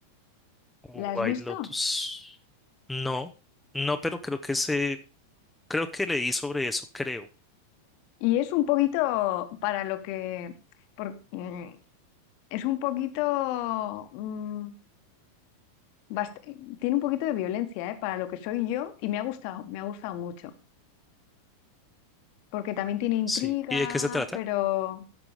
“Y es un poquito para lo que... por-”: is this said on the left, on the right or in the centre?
Left